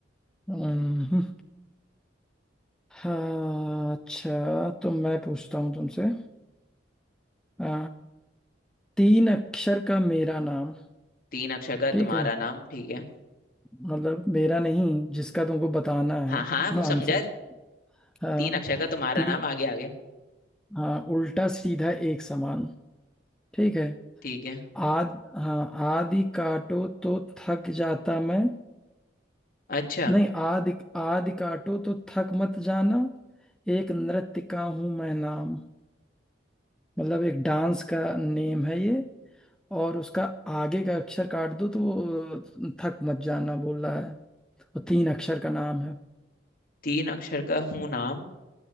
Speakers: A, in the centre; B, on the left.
A: हम्म, हाँ, अच्छा तो मैं पूछता हूँ तुमसे आ, तीन अक्षर का मेरा नाम
B: तीन अक्षर का
A: ठीक
B: तुम्हारा
A: है
B: नाम ठीक है
A: मतलब मेरा नहीं जिसका तुमको बताना है
B: हाँ हाँ वो समझा
A: आंसर
B: है
A: हाँ
B: तीन अक्षर का तुम्हारा
A: ती
B: नाम आगे आगे
A: हाँ उल्टा सीधा एक समान ठीक है
B: ठीक है
A: आद हाँ आदि काटो तो थक जाता मैं
B: अच्छा
A: नहीं आदि आदि काटो तो थक मत जाना एक नृत्य का हूं मैं नाम मतलब एक डांस का नेम है ये और उसका आगे का अक्षर काट दो तो वो थक मत जाना बोल रहा है वो तीन अक्षर का नाम है
B: तीन अक्षर का हूँ नाम